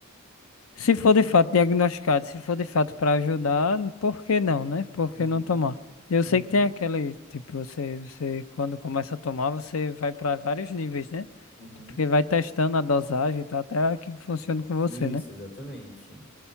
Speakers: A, on the left; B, on the left.
A: Se for de fato diagnosticado, se for de fato para ajudar, por que não, né? Por
B: uhum,
A: que não tomar? Eu
B: uhum,
A: sei que tem aquele, tipo, você, você quando começa a tomar, você vai para vários níveis, né?
B: uhum.
A: Porque vai testando a dosagem e tal, até a que funciona com você,
B: Isso,
A: né?
B: exatamente.